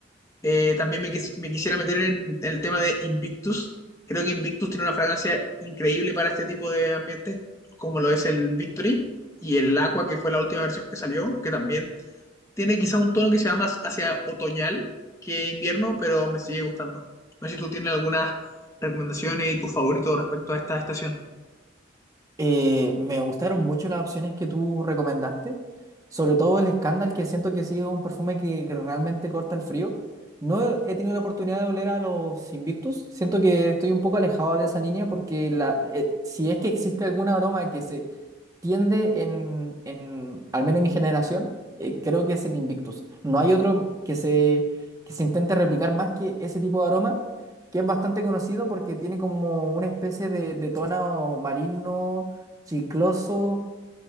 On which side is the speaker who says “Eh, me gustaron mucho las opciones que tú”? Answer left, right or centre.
Right